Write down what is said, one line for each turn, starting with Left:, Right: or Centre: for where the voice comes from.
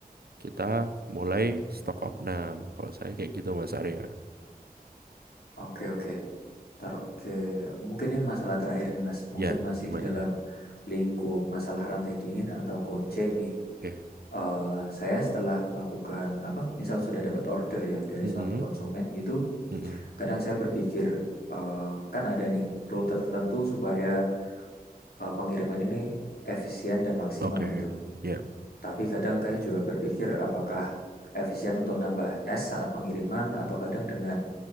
Right: kita mulai stok opnam kalau saya kayak gitu Mas Arya
Left: Oke oke. Taruh ke, mungkin ini masalah terakhir nih Mas, mungkin
Right: ya
Left: masih
Right: gimana
Left: dalam lingkup masalah rantai dingin atau cold chain nih.
Right: oke
Left: Eee, saya setelah melakukan apa, misal sudah dapat order ya dari
Right: Mm-mm.
Left: suatu konsumen gitu,
Right: Mm-mm.
Left: kadang saya berpikir, eee, kan ada nih rute tertentu supaya, eee, pengiriman ini efisien dan maksimal
Right: oke
Left: gitu.
Right: ya
Left: Tapi kadang kayak juga berpikir apakah efisien untuk nambah es saat pengiriman atau kadang dengan